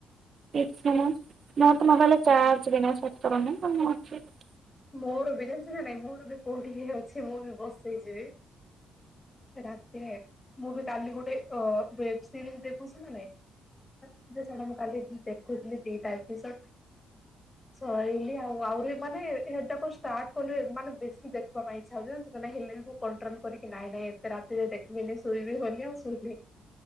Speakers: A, on the right (about 50°); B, on the left (about 20°).
A: କିଛି ନାହିଁ ମୋର ତ ମୋବାଇଲ ରେ ଚାର୍ଜ ବି ନାହିଁ <unintelligible>
B: ମୋର ବି <unintelligible> ନାଇଁ ମୋର ବି କୋଉଠି ଅଛି ମୁଁ ବି ବସେଇ ଯିବି। ରାତିରେ ମୁଁ ବି କାଲି ଗୋଟେ ଓ ବେସିରିଜ ଦେଖୁଛି ନା ନାଇଁ। <unintelligible> <unintelligible> ଦି ଟା ଏପିସୋଡ୍ ପଳେଇଲି ଆଉ ଆହୁରି ମାନେ ଏଇଟା କୁ ଷ୍ଟାର୍ଟ କଲେ ମାନେ ବେଶୀ ଦେଖିବା ପାଇଁ ଇଚ୍ଛା ହଉଛି ଜାଣିଛୁ ନା ନାଇଁ ହେଲେ ବି ମୁଁ କଣ୍ଟ୍ରୋଲ କରିକି ନାଇଁ ନାଇଁ ରାତିରେ ଦେଖିବିନି ଶୋଇବି ବୋଲି ଆଉ ଶୋଇଲି।